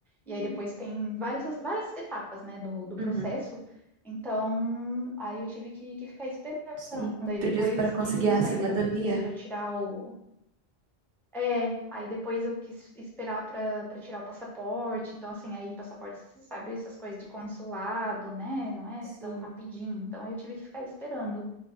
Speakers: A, on the right; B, in the centre.
A: Hum,
B: E aí depois tem várias, várias etapas, né, do, do processo.
A: Uhum.
B: Então, aí eu tive que, que ficar esperando.
A: Sim.
B: Aí
A: Tu
B: depois
A: disse para conseguir
B: disso,
A: a cidadania.
B: aí também quis já tirar o, é, aí depois eu quis esperar para para tirar o passaporte. Então, assim, aí passaporte, você sabe, essas coisas de consulado, né? Não é
A: Sim.
B: tão rapidinho. Então, aí eu tive que ficar esperando.